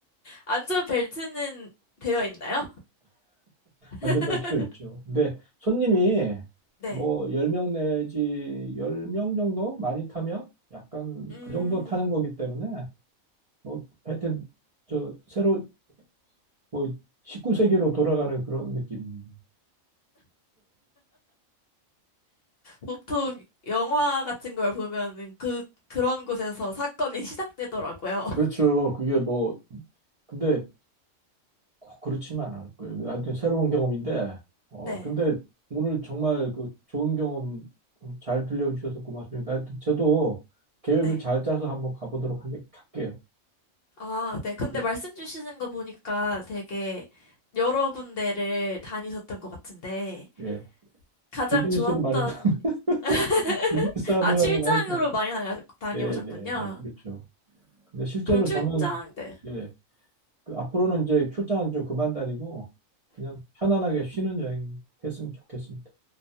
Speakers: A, on the left; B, on the right.
A: 안전벨트는 되어 있나요? <laughs>
B: 안전벨트도 있죠. 근데 손님이
A: 네.
B: 뭐 10명 내지 10명 정도 많이 타면 약간
A: 음.
B: 그 정도 타는 거기 때문에 뭐 하여튼 저 새로 뭐 19세기로 돌아가는 그런 느낌이에요.
A: 보통 영화 같은 걸 보면은 그, 그런 곳에서 사건이 <laughs> 시작되더라고요.
B: 그렇죠. 그게 뭐 근데 꼭 그렇지만 않을 거예요. 하여튼 새로운 경험인데 어
A: 네,
B: 근데 오늘 정말 그 좋은 경험 잘 들려주셔서 고맙습니다. 하여튼 저도 계획을
A: 네.
B: 잘 짜서 한번 가보도록 하게, 할게요.
A: 아, 네. 근데
B: 예.
A: 말씀 주시는 거 보니까 되게 여러 군데를 다니셨던 것 같은데,
B: 예.
A: 가장
B: 비즈니스를
A: 좋았던,
B: 많이 타.
A: <laughs>
B: <laughs> 비즈니스 하느라고
A: 아, 출장으로
B: 많이 타.
A: 많이 다녀, 다녀오셨군요.
B: 네, 네, 네, 그렇죠. 근데 실제로
A: 그럼 출장,
B: 저는
A: 네.
B: 예, 그 앞으로는 이제 출장은 좀 그만 다니고 그냥 편안하게 쉬는 여행 했으면 좋겠습니다.